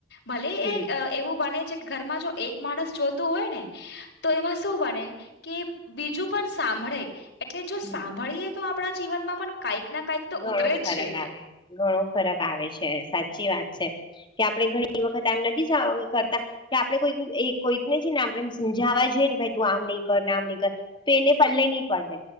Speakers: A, on the left; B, on the left.
A: ભલે
B: હમ
A: એ
B: હમ
A: એવું બને છે કે ઘરમાં જો એક માણસ જોતું હોય ને તો એમાં શું બને કે બીજું પણ સાંભળે એટલે જો
B: હમ
A: સાંભળીએ તો આપણા જીવનમાં પણ કંઈક ના કઈક તો
B: ઘણો
A: ઉતરે
B: ફરક
A: જ છે
B: આવે ઘણો ફરક આવે છે સાચી વાત છે કે આપડણે ઘણી વખત આમ નથી જ કરતા કે આપણે કોઈક કોઈકને છે ને આપણે સમજાવવા જોઈએ ને ભ તું આમ નહી કર ને આમ નહીં કર તો એને પલ્લે નહી પડે